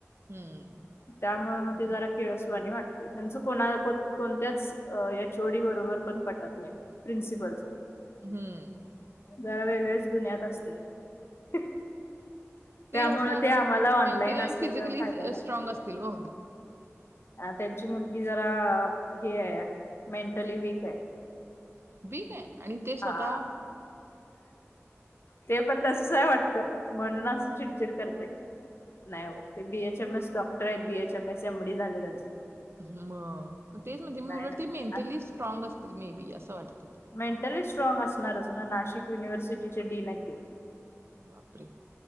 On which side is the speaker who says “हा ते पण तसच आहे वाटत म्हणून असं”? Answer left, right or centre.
Left